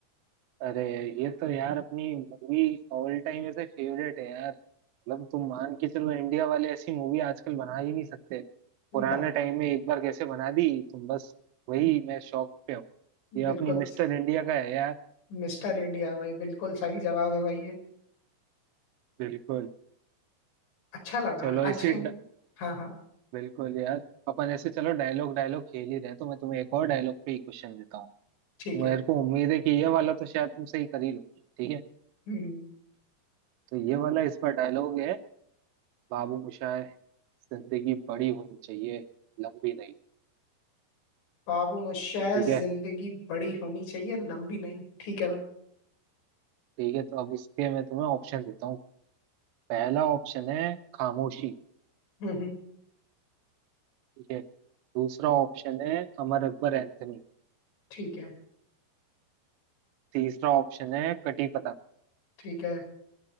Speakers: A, on the right; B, on the left.
A: अरे ये तो यार अपनी मूवी ऑल टाइम ऐसे फेवरेट है यार मतलब तुम मान के चलो इंडिया वाले ऐसी मूवी आजकल बना ही नहीं सकते पुराने
B: बना
A: टाइम में एक बार कैसे बना दी तुम बस वही मैं शौक पे हूँ ये
B: बिल्कुल
A: अपनी मिस्टर इंडिया का है यार
B: मिस्टर इंडिया भाई बिल्कुल सही जवाब है भाई ये
A: बिल्कुल
B: अच्छा लगा
A: चलो इसी
B: अच्छी
A: ड...
B: हाँ हाँ
A: बिल्कुल यार अपन ऐसे चलो डायलॉग डायलॉग खेल ही रहे हैं तो मैं तुम्हें एक और डायलॉग पे ही क्वेश्चन देता हूँ
B: ठीक है
A: मेरे को उम्मीद है कि ये वाला तो शायद तुम सही कर ही लोगे ठीक है
B: हम्म
A: तो ये वाला इस पर डायलॉग है बाबू मोशाय जिंदगी बड़ी होनी चाहिए लंबी नहीं
B: बाबू मोशाय
A: ठीक
B: जिंदगी
A: है
B: बड़ी होनी चाहिए लंबी नहीं ठीक है भाई
A: ठीक है तो अब इसके मैं तुम्हें ऑप्शन देता हूँ पहला ऑप्शन है खामोशी
B: हम्म हम्म,
A: ठीक है दूसरा ऑप्शन है अमर अकबर एंथनी
B: ठीक है
A: तीसरा ऑप्शन है कटी पतंग
B: ठीक है